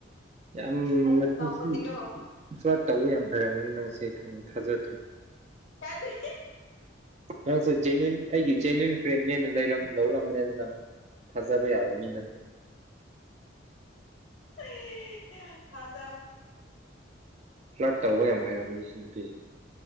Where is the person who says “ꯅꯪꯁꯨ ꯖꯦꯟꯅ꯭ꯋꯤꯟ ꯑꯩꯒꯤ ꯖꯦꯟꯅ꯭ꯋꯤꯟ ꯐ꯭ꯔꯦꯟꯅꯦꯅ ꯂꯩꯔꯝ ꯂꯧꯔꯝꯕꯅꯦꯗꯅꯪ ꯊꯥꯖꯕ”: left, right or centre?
Right